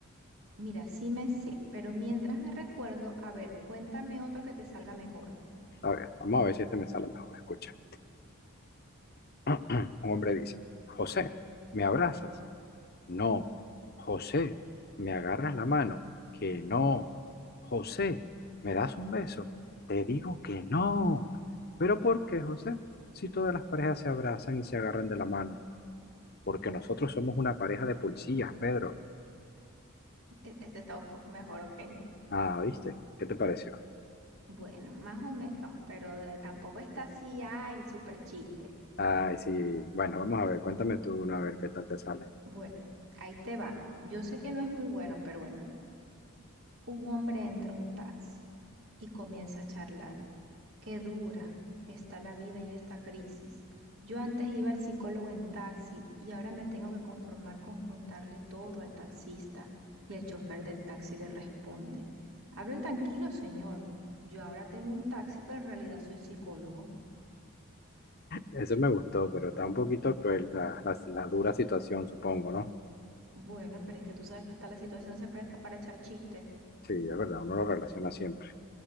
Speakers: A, on the right (about 70°); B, on the left (about 45°).
A: Mira, sí me sé, pero mientras me recuerdo, a ver, cuéntame otro que te salga mejor.
B: A ver, vamos a ver si este me sale mejor. Escucha. <clears throat> Un hombre dice, José, ¿me abrazas? No. José, ¿me agarras la mano? Que no. José, ¿me das un beso? Te digo que no. ¿Pero por qué, José? Si todas las parejas se abrazan y se agarran de la mano. Porque nosotros somos una pareja de policías, Pedro.
A: E- Este está un poco mejor, ¿ok?
B: Ah, ¿viste? ¿Qué te pareció?
A: Bueno, más o menos, pero de- tampoco está así, ah, el super chiste.
B: Ay, sí. Bueno, vamos a ver, cuéntame tú uno a ver qué tal te sale.
A: Bueno, ahí te va. Yo sé que no es muy bueno, pero bueno. Un hombre entra a un taxi y comienza a charlar. Qué dura está la vida y esta crisis. Yo antes iba al psicólogo en taxi y ahora me tengo que conformar con contarle todo al taxista y el chofer del taxi le responde. Hablen tranquilo, señor. Yo ahora tengo un taxi, pero en realidad soy psicólogo.
B: Ese me gustó, pero está un poquito cruel la, la- la dura situación, supongo, ¿no?
A: Bueno, pero es que tú sabes que hasta la situación se presta para echar chistes.
B: Sí, es verdad, uno lo relaciona siempre.